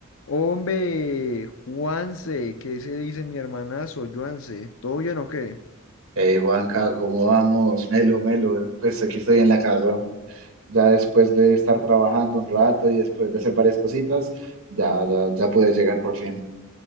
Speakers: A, on the left; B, on the right.
A: Hombre, Juanse, ¿qué se dice mi hermanazo, Juanse? ¿Todo bien o qué?
B: Hey Juanca, ¿cómo vamos? Melo, melo. eh, Pues aquí estoy en la casa, ya después de estar trabajando un rato y después de hacer varias cositas, ya, ya, ya pude llegar por fin.